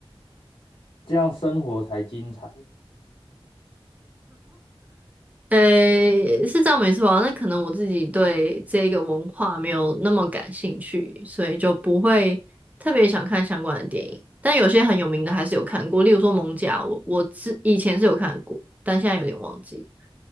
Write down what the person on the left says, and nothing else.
这样生活才精彩